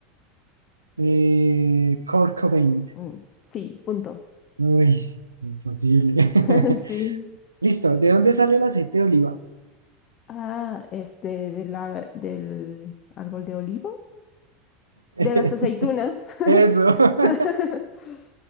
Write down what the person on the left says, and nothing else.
Mm, Sí, punto.
<laughs> Sí.
Ah, este, del, ar- del árbol de olivo.
De las aceitunas.
<laughs>